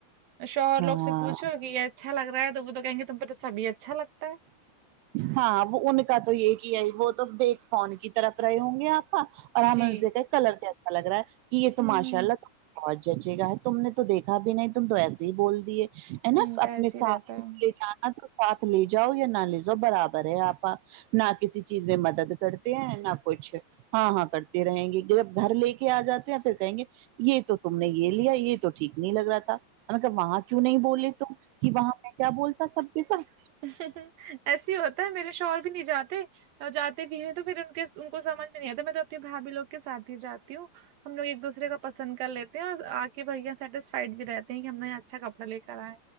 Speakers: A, on the right; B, on the right.
A: شوہر
B: ہاں
A: لوگ سے پوچھو کہ یہ اچھا لگ رہا ہے تو وہ تو کہیں گے تم پہ تو سبھی اچھا لگتا ہے
B: ہاں وہ ان کا تو یہ ایک ہی ہے وہ تو دیکھ فون کی طرف رہے ہوں گے آپا اور ہم
A: جی
B: انسے کہے کہ کلر کیسا لگ رہا ہے کہ یہ تو
A: ہوں
B: ماشاء اللہ اور جچے کہاں ہے تم نے تو دیکھا بھی نہیں تم تو ایسے ہی بول دے ہے نا
A: ان کا
B: اپنے
A: ایسے
B: ساتھ
A: ہی رہتا ہے
B: لے جانا تو ساتھ لیے جاؤ یا نہ لیے جاؤ برابر ہے آپا نہ کسی چیز میں مدد کرتے ہیں نہ کچھ ہاں ہاں کرتے رہیں گے جب گھر لے کے آ جاتے ہیں پھر کہیں گے یہ تو تم نے یہ لیا یہ تو ٹھیک نہیں لگ رہا تھا مطگر وہاں کیوں نہیں بولے تو کہ وہاں میں کیا بولتا سب کے ساتھ
A: ایسے ہی ہوتا ہے میرے شوہر بھی نہیں جاتے اور جاتے بھی ہیں تو پھر ان ان کو سمج میں نہیں آتا میں تو اپنے بھابھی لوگ کے ساتھ ہی جاتی ہوں ہم لو ایک دوسرے کا پسند کر لیتے ہیں اور آکے بھیا سیٹسفائڈ بھی رہتے ہیں کہ ہم نے اچھا کپڑا لے کر آئے